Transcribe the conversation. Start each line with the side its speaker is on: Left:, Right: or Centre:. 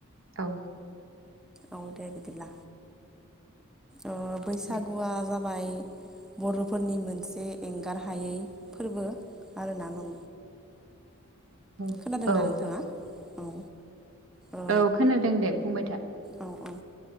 Right: औ।
Centre: औ दे बिदिब्ला। ओ बैसागुआ
Right: दे
Centre: जा बाय बर'फोरनि मोनसे एंगारहायै फोर्बो आरोना। न
Right: औ
Centre: खोनादोंना
Right: औ
Centre: नोंथाङा? औ। ओ
Right: औ खोनादों दे बुंबाय था।
Centre: औ औ